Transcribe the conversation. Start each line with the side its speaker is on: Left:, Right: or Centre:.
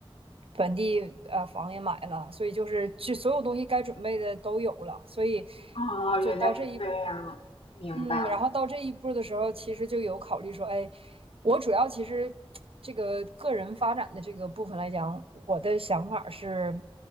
Right: 本地呃房也买了，所以就是就所有东西该准备的都有了，所以
Left: 哦，
Right: 就到这一
Left: 原来是这样，明白，
Right: 嗯，然后到这一步的时候，其实就有考虑说，哎，我主要其实这个个人发展的这个部分来讲，我的想法是，